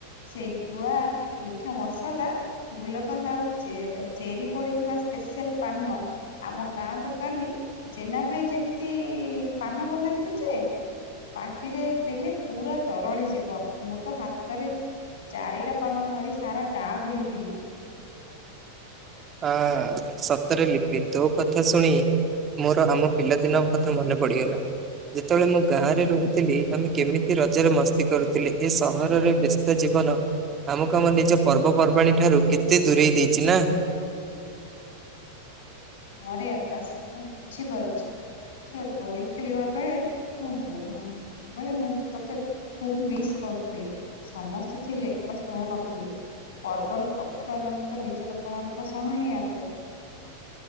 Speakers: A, on the left; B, on the right.
A: ସେଇ ଗୁଆ, ମିଠା ମସଲା ଗୁଲକନ୍ଦ ଆଉ ଚେ ଚେରି ପଡିଥିବା ସ୍ପେଶାଲ ପାନ ଆମ ଗାଁ ଦୋକାନୀ ଜେନା ଭାଇ ଯେମିତି ପାନ ବନାନ୍ତି ଯେ ପାଟିରେ ଦେଲେ ପୁରା ତରଳି ଯିବ। ମୁଁ ତ ହାତରେ ଚାରିଟା ପାନ ଧରି ସାରା ଗାଁ ବୁଲିଥିଲି।
B: ହଁ। ସତରେ ଲିପି ତୋ କଥା ଶୁଣି ମୋର ଆମ ପିଲାଦିନ କଥା ମନେ ପଡିଗଲା। ଯେତେବେଳେ ମୁଁ ଗାଁ ରେ ରହୁଥିଲି, ଆମେ କେମିତି ରଜରେ ମସ୍ତି କରୁଥିଲେ। ଏ ସହରରେ ବେଶ୍ ସ୍ତ ଜୀବନ ଆମକୁ ଆମ ନିଜ ପର୍ବପର୍ବାଣୀ ଠାରୁ କେତେ ଦୂରେଇ ଦେଇଚି ନା।
A: ହଁ ରେ ଆକାଶ ମୁଁ ବୁଝିପାରୁଚି। ଏଥର ଦୋଳି ଖେଳିବା ବେଳେ ମୁଁ। <unintelligible> ବାଇଆ ମୁଁ ତତେ ଖୁବ ମିସ୍ କରୁଥିଲି। ସମସ୍ତେ ଥିଲେ ବସ୍ ତୁ ନଥିଲୁ। ପର୍ବର ପ୍ରକୃତ ଆନନ୍ଦ ତ ନିଜ ଲୋକମାନଙ୍କ ସହ ହିଁ ଆସେ।